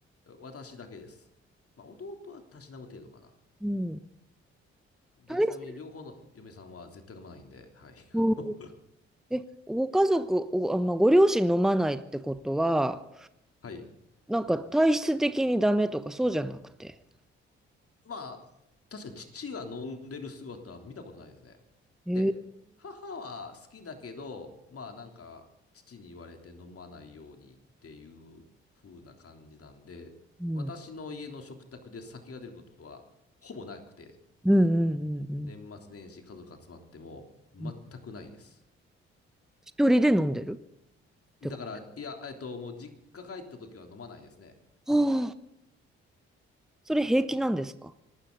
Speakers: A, on the left; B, in the centre.
A: 私だけです。まあ、弟はたしなむ程度かな。
B: うん。
A: で、
B: 大好き
A: ちなみに両方の嫁さんは絶対飲まないんで、はい。<laughs>
B: うん
A: あの
B: え、ご家族、お、あ、まあ、ご両親飲まないってことは、
A: はい。
B: なんか体質的にダメとかそうじゃなくて。
A: まあ、確かに父が飲んでる姿は見たことないですね。
B: えー、
A: で、母は好きだけど、まあなんか、父に言われて飲まないようにっていう風な感じなんで、
B: うん。
A: 私の家の食卓で酒が出ることはほぼなくて、
B: うんうんうんうん
A: 年末年始家族集まっても全くないです。
B: うん一人で飲んでるってこ
A: だから、いや、えっと、もう実家帰った時は飲まないですね。
B: とはあ、それ平気なんですか